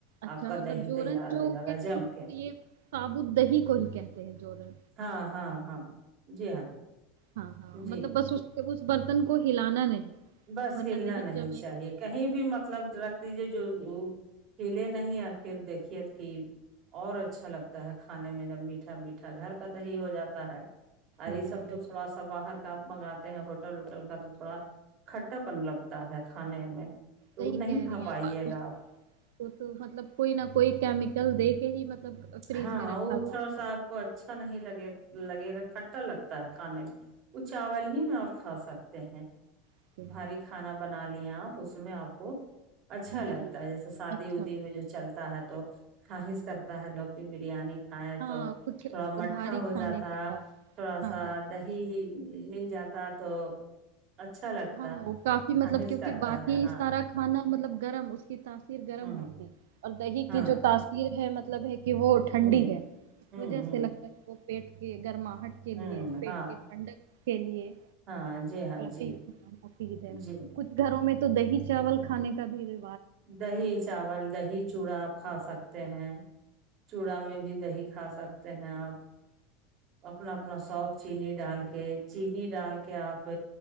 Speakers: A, on the right; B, on the right.
A: اچھا
B: آپ کا
A: مطلب
B: دہی
A: جوورن
B: تیار
A: جو
B: ہو جائے
A: کہتے
B: گا جم
A: ہیں
B: کے
A: یہ تابو دہی کو ہی کہتے ہیں جوورن
B: ہاں ہاں ہاں جی ہاں
A: ہاں ہاں
B: جی
A: مطلب بس اس جب اس برتن کو ہلانا نہیں ہے
B: بس
A: ورنہ
B: ہلنا
A: دہی
B: نہیں
A: جمے
B: چاہیے
A: گی نہیں
B: کہیں
A: ہاں
B: بھی مطلب رکھ دیجیے جو وہ پلے نہیں اور پھر دیکھیے کہ اور اچھا لگتا ہے کھانے میں جب میٹھا میٹھا گھر کا د ہیی ہو جاتا ہے ار
A: گھر
B: یہ
A: کا
B: سب تو
A: دہی
B: تھوڑا سا باہر کاپ منگاتے ہیں ہوٹل وٹل کا پا کھٹا پن لگتا ہے کھانے میں تو
A: صحیح
B: وہ نہیں
A: کہہ
B: کھا
A: رہی ہیں
B: پائیے
A: آپ اس
B: گا آپ
A: کو تو مطلب کوئی نہ کوئی کیمیکل دے کے ہی مطلب فریج
B: ہاں
A: میں رکھا
B: اچھاڑ
A: جاتا
B: سا آپ کو اچھا نہیں لگے لگے گا کھٹا لگتا ہے کھانے میں وہ چاول ہی میں آپ کھا سکتے ہیں
A: ہے
B: بھاری کھانا بنا ل الیاپ اس میں آپ کو اچھا لگتا
A: دہی
B: ہے جیسے شادی
A: اچھا
B: ودی
A: لگ
B: میں جو چلتا ہے تو خاہس کرتا ہے لوگ بریانی کھائیں
A: ہاں
B: تو
A: کچھ
B: تھوڑا مٹھا
A: بھاری
B: ہو
A: کھانے
B: جاتا
A: کے بعد
B: تھوڑا
A: ہاں
B: سا
A: ہاں
B: دہی مل جاتا تو اچھا لگتا
A: ہاں وہ کافی مطلب
B: خواہش
A: کیونکہ
B: کرتا
A: باقی
B: ہے ہاں
A: سارا کھانا مطلب گرم اس کی تاثیر گرم
B: ہوں
A: ہوتی اور دہی
B: ہاں
A: کی جو تاثیر ہے ملب مطلب کہ وہ ٹھنڈی
B: ہوں
A: ہے اس
B: ہوں
A: وجہ
B: ہوں
A: سے لگتا ہے کہ وہ پیٹ کے گرما ہٹ کے
B: ہوں
A: لیے پیٹ
B: ہاں
A: کے ٹنڈک کے لیے
B: ہاں جی ہاں جی
A: دھر
B: جی
A: کچھ گھروں میں تو دہی چاول کھانے کا بھی رہ
B: دہی چاول دہی چوڑا کھا سکتے ہیں چوڑا میں بھی دہی کھا سکتے ہیں آپ اپنا اپنا سوف چینینی ڈال کے چینی ڈال کے آپ